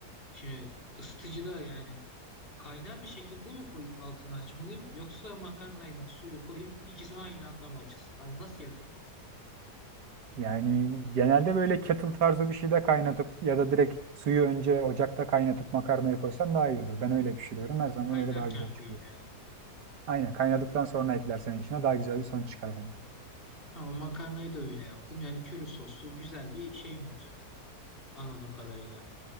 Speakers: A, on the left (about 35°); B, on the right (about 80°).
A: şimdi ısıtıcıda yani kaynar bir şekilde mi koyup altını açmalıyım yoksa makarnayla suyu koyup ikisi aynı anda mı açılsın? Hani nasıl yapayım?
B: Yani genelde böyle kettle tarzı bir şeyde kaynatıp ya da direkt suyu önce ocakta kaynatıp makarnayı koysan daha iyi olur. Ben öyle pişiriyorum. Her zaman
A: Ha, Kaynarken
B: öyle daha güzel
A: koyayım
B: çıkıyor.
A: yani.
B: Aynen kaynadıktan sonra eklersen içine daha güzel bir sonuç çıkar bence.
A: Tamam makarnayı da öyle yaptım. Yani köri soslu güzel bir şey mi olacak anladığım kadarıyla.